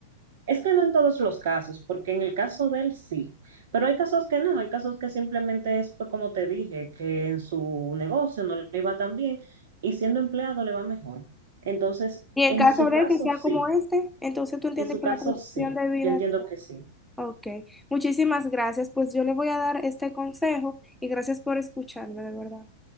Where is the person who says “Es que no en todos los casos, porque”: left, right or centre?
Right